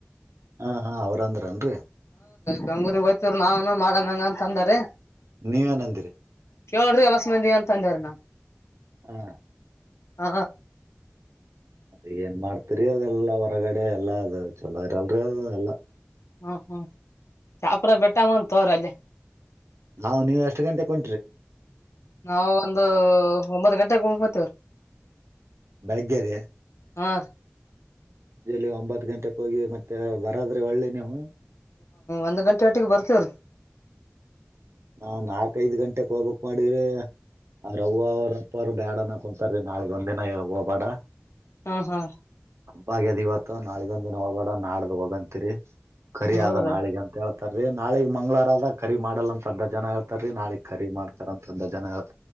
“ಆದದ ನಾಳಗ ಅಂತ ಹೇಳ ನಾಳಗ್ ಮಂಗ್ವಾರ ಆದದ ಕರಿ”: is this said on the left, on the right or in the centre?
Right